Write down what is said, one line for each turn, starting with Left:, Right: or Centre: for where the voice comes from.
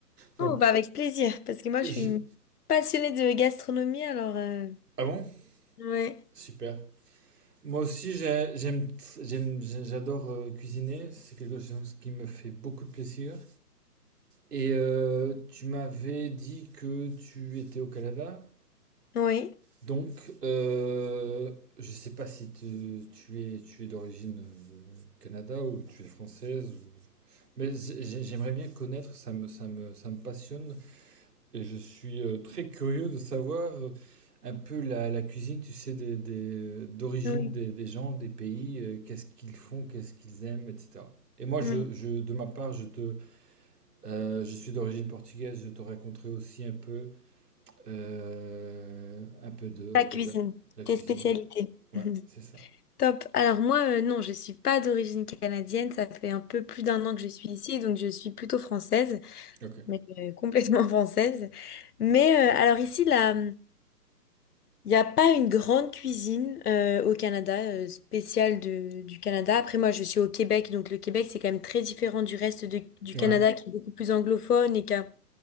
Right: Donc,
Left: Oh, bah avec plaisir, parce que moi
Right: j'ai...
Left: je suis une passionnée de gastronomie, alors... euh,
Right: Ah bon?
Left: Ouais,
Right: Super. Moi aussi, j'ai- j'aime, j'aime- j'adore euh, cuisiner, c'est quelque chose qui me fait beaucoup de plaisir. Et euh, tu m'avais dit que tu étais au Canada?
Left: oui,
Right: Donc, euh, je sais pas si te- tu es, tu es d'origine euh, Canada ou tu es française. ou- Mais j'ai- j'aimerais bien connaître, ça me, ça me, ça me passionne. Et je suis euh, très curieux de savoir euh, un peu la, la cuisine, tu sais, des, des- d'origine
Left: oui,
Right: des, des gens, des pays, euh, qu'est-ce qu'ils font, qu'est-ce qu'ils aiment, etc. Et moi,
Left: oui.
Right: je, je, de ma part, je te, euh, je suis d'origine portugaise, je te raconterai aussi un peu euh, un peu de,
Left: La
Right: un peu
Left: cuisine,
Right: de la, la
Left: tes
Right: cuisine,
Left: spécialités.
Right: ouais.
Left: <laughs>
Right: Ouais, c'est ça.
Left: Top. Alors moi, euh, non, je suis pas d'origine canadienne, ça fait un peu plus d'un an que je suis ici, donc je suis plutôt française,
Right: Ok.
Left: mais euh, complètement <laughs> française. Mais euh, alors ici, là. Il n'y a pas une grande cuisine euh, au Canada, euh, spéciale de- du Canada. Après, moi, je suis au Québec, donc le Québec, c'est quand même très différent du reste de- du
Right: Ouais.
Left: Canada, qui est beaucoup plus anglophone et qui a